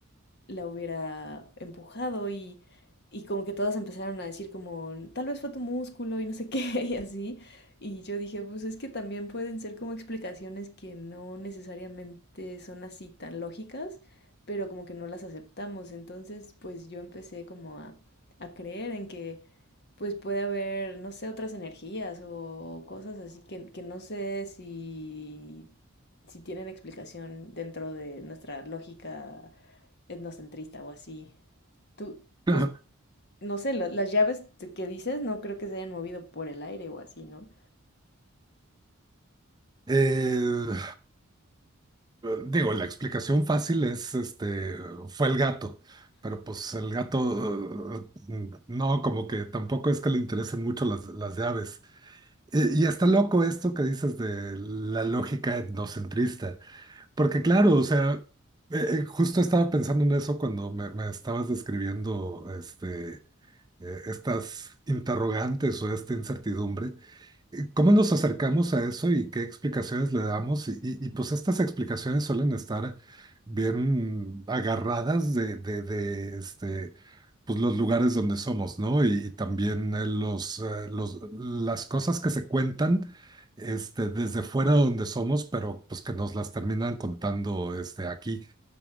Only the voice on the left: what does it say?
la hubiera empujado y, y como que todas empezaron a decir como, tal vez fue tu músculo y no sé <laughs> qué y así. Y yo dije, pues es que también pueden ser como explicaciones que no necesariamente son así tan lógicas, pero como que no las aceptamos. Entonces, pues yo empecé como a, a creer en que pues puede haber, no sé, otras energías o cosas así que, que no sé si, si tienen explicación dentro de nuestra lógica etnocentrista o así. Tú,
pues, no sé, la- las llaves que dices no creo que se hayan movido por el aire o así, ¿no?